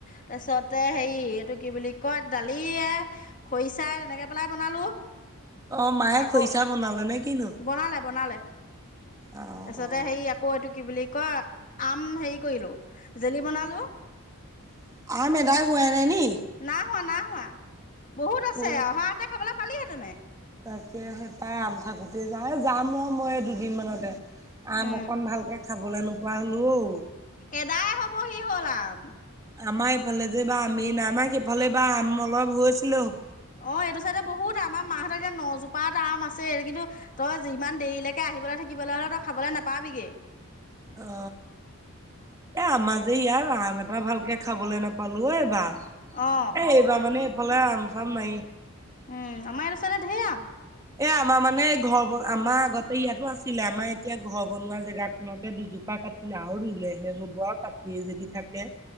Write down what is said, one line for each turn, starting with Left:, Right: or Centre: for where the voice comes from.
Left: তাছত পিছতে হেৰি এইটো কি বুলি কয় দালিয়ো খৰিচাই তেনেকে পেলাই বনালো
Right: অ মায়ে
Left: আকৌ
Right: খৰিচা বনালে নে কিনো
Left: বনালে বনালে
Right: অ
Left: তাৰপিছতে
Right: অ
Left: হে আকৌ এইটো কি বুলি ক আম হেৰি কৰিলো আম জেলি বনালো
Right: <unintelligible>
Left: নাই হোৱা নাই বহুত আছে
Right: অ
Left: অহা এতে খাবলৈ পালিহেতেনে
Right: তাকে সেই তাই আম থাকোতে যা যাম ৰ মই দুদিনমানানতে আম
Left: উম
Right: অকন ভালকে খাবলৈ নোপোৱা হ'লো অঔ
Left: এদাই হবহি হলাউ
Right: আমাৰ এইফালে যে বা আমি ন আমাক সেইফালে বা আম অলপ হৈছিলো
Left: অ এইটো তে বহুত আমাৰ মাহতৰ এতিয়া নজোপাত আৰাম আছে কিন্তু তই ইিমান দেৰিলৈকে আহিবলৈ থাকিব লাগ ত খাবলৈ নাপাবিগে
Right: অ এ আমাজে ইয়াৰ আহাৰ মানে আা ভালকে খাবলৈ নোপালো এইবা
Left: অ
Right: এই এইবা মানে এইফালে আম চাম নাইি
Left: উম আমাৰ ওচৰে ধোম
Right: এ আমাৰ মানে ঘৰ আমাৰ আগতে ইয়াতো আছিলে আমাৰ এতিয়া ঘৰ বনোৱা জেগাখনকে দুযোপ কা কাটিলে আৰু ৰুলেহে হ'ব কাটি যদি থাকে